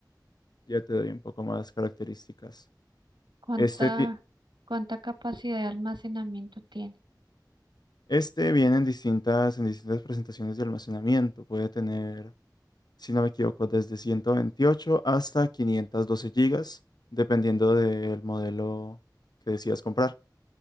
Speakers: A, on the left (about 65°); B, on the right (about 80°).
A: Ya te doy un poco más características.
B: ¿Cuánta,
A: Este, ti-
B: cuánta capacidad de almacenamiento tiene?
A: este viene en distintas, en distintas presentaciones de almacenamiento. Puede tener, si no me equivoco, desde 128 hasta 512 gigas, dependiendo del modelo que decidas comprar.